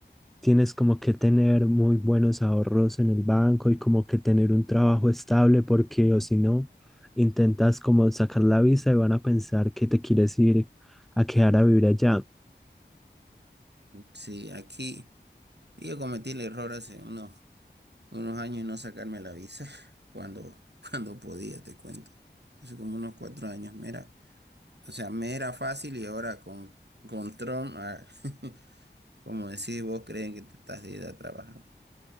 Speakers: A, in the centre; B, on the right.
A: tienes como que tener muy buenos ahorros en el banco y como que tener un trabajo estable porque o si no, intentas como sacar la visa y van a pensar que te quieres ir a quedar a vivir allá.
B: Sí, aquí yo cometí el error hace unos, unos años no sacarme la visa <laughs> cuando, cuando podía, te cuento. Hace como unos cuatro años, mira. O sea, me era fácil y ahora con, con Trump ah, <laughs> Como decís, vos creen que te estás de ir a trabajar.